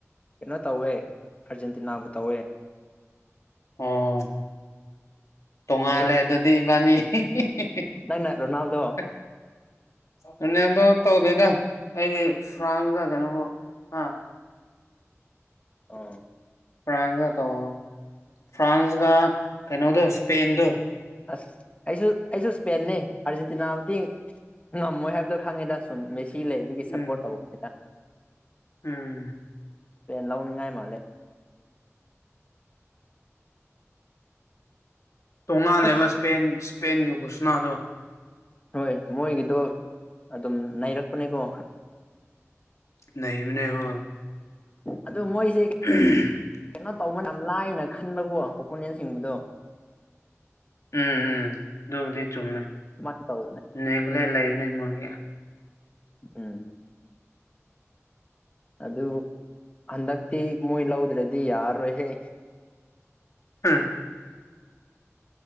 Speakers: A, on the left (about 25°); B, on the left (about 75°).
A: ꯀꯩꯅꯣ ꯇꯧꯋꯦ ꯑꯥꯔꯖꯦꯟꯇꯤꯅꯥꯕꯨ ꯇꯧꯋꯦ
B: ꯑꯣ... ꯇꯣꯡꯉꯥꯜꯂꯦ
A: ꯃꯦꯁ
B: ꯑꯗꯨꯗꯤ ꯏꯕꯥꯅꯤ <unintelligible>
A: ꯅꯪꯅ ꯔꯣꯅꯥꯜꯗꯣ
B: ꯅꯅꯦꯗꯣ ꯇꯧꯗꯦꯗ ꯑꯩꯗꯤ ꯐꯥꯟꯀ ꯀꯩꯅꯣꯒ ꯑ
A: ꯑꯣ
B: ꯐ꯭ꯔꯥꯟꯁꯒ ꯇꯧ ꯐ꯭ꯔꯥꯟꯁꯀ ꯀꯩꯅꯣꯗꯣ ꯁꯄꯦꯟꯗꯣ
A: ꯑꯁ ꯑꯩꯁꯨ ꯑꯩꯁꯨ ꯁ꯭ꯄꯦꯟꯅꯦ ꯑꯥꯔꯖꯦꯟꯇꯤꯅꯥꯕꯨꯗꯤ ꯉꯝꯃꯣꯏ ꯍꯥꯏꯕꯗꯣ ꯈꯪꯉꯦꯗꯁ ꯁꯨꯝ ꯃꯦꯁꯤ ꯂꯩꯕꯒꯤ ꯁꯞꯄꯣꯔꯠ
B: ꯎꯝ
A: ꯇꯧ <unintelligible>
B: ꯎꯝ
A: ꯂꯧꯅꯤꯡꯉꯥꯏ ꯃꯥꯜꯂꯦ
B: ꯇꯣꯉꯥꯜꯂꯦꯕ
A: ꯑꯁ
B: ꯏꯁꯄꯦꯟ ꯏꯁꯄꯦꯟꯒꯤ ꯒꯨꯁꯅꯥꯗꯣ
A: ꯍꯣꯏ ꯃꯣꯏꯒꯤꯗꯣ ꯑꯗꯨꯝ ꯅꯅꯩꯔꯛꯄꯅꯦꯀꯣ
B: ꯅꯩꯕꯅꯦ ꯍꯣ
A: ꯑꯗꯨ ꯃꯣꯏꯁꯦ
B: <unintelligible>
A: ꯀꯩꯅꯣ ꯇꯧꯕ ꯌꯥꯝ ꯂꯥꯏꯅ ꯈꯟꯕꯀꯣ ꯑꯣꯄꯣꯅꯦꯟꯁꯤꯡꯕꯨꯗꯣ
B: ꯎꯝ ꯎꯝ ꯑꯗꯨꯕꯨꯗꯤ ꯆꯨꯝꯃꯦ
A: <unintelligible>
B: ꯅꯦꯒ꯭ꯂꯦꯠ ꯂꯩꯕꯅꯤ ꯃꯣꯏꯒꯤ
A: ꯎꯝ ꯑꯗꯨ ꯍꯟꯗꯛꯇꯤ ꯃꯣꯏ ꯂꯧꯗ꯭ꯔꯗꯤ ꯌꯥꯔꯔꯣꯏꯍꯦ
B: ꯎꯝ